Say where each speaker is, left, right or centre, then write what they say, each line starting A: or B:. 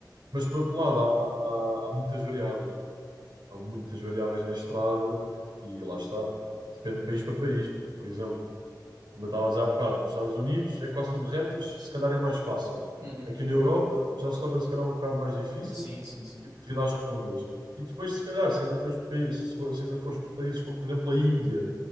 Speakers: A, on the right (about 85°); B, on the right (about 50°).
A: Mas por outro lado, há, há- há- há muitas variáveis, não é? Há muitas variáveis na estrada e lá está. Depende de país para país. Porque, por exemplo, como eu estava a dizer há bocado, nos Estados Unidos é quase tudo retas, se calhar é mais fácil.
B: uhum.
A: Aqui na Europa já se torna se calhar um bocado mais difícil
B: Sim, sim, sim.
A: devido às rotundas. E depois, se calhar, se ainda fores, pa- se for- se ainda fores para países como, por exemplo, a Índia,